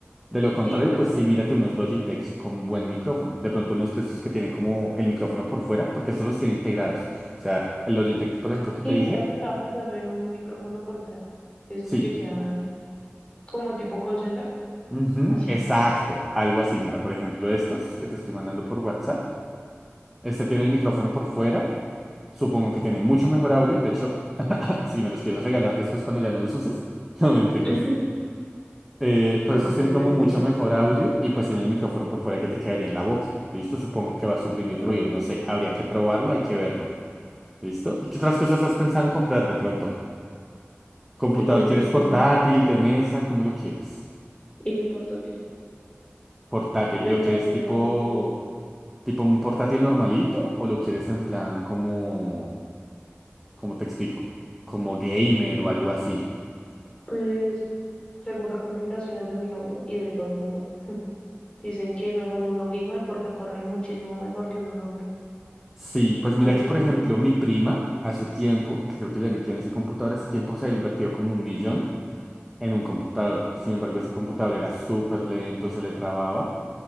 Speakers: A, in the centre; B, on the left.
A: De lo contrario,
B: Sí, pues
A: pues
B: ya.
A: sí, mírate unos Logitech con buen micrófono. De pronto unos de estos que tienen como el micrófono por fuera, porque estos los tiene integrados. O sea, el Logitech, por ejemplo, que te
B: sí,
A: dije,
B: mira que estaba pensando en un micrófono por fuera, de esos
A: sí.
B: que quedan como tipo call center,
A: Ujú,
B: así.
A: exacto, algo así. Mira, por ejemplo, estos que te estoy mandando por WhatsApp. Este tiene el micrófono por fuera. Supongo que tiene mucho mejor audio. De hecho, <laughs> si me los quieres regalar después cuando ya no los uses. <laughs> No, mentiras.
B: <laughs>
A: Eh, pero
B: Ok,
A: esos tienen como
B: ok,
A: mucho mejor audio y pues tienen el micrófono por fuera que te quedaría en la boca. ¿Listo? Supongo que va a suprimir ruido,
B: ok.
A: no sé. Habría que probarlo, hay que verlo. ¿Listo? ¿Y qué otras cosas has pensado en comprar de pronto? ¿Computador
B: Eh,
A: quieres
B: pues bueno,
A: portátil, de mesa? ¿Cómo lo quieres?
B: eh, portátil.
A: Portátil.
B: Me
A: ¿Y lo
B: parecen
A: quieres tipo,
B: más cómodos.
A: tipo un portátil normalito? ¿O lo quieres en plan como, ¿cómo te explico? Como gamer o algo así.
B: Pues Según recomendaciones de mi novio y de todo el mundo, dicen que es mejor uno gamer porque corre muchísimo mejor que uno normal.
A: Sí, pues mira
B: Entonces,
A: que por ejemplo mi prima hace tiempo, que creo que ya ni tiene ese computador, hace tiempo se ha invertido como un millón. en un computador. Sin embargo, ese computador era súper lento, se le trababa,